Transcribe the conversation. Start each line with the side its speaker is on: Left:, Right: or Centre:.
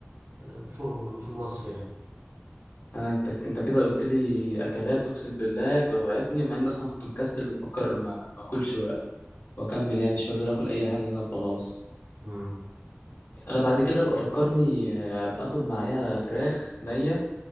Right: آه، فوق فوق الوصف
Left: انا انت انت كده قلت لي اكلات اقسم بالله جوعتني مع اني اصلا كنت مكسل وفكر ما ما اكلش و- واكمل يعني شويه دول اكل اي حاجه هنا وخلاص
Right: يعني
Left: انا بعد كده ابقى فكرني آه، ابقى اخد معايا فراخ نيه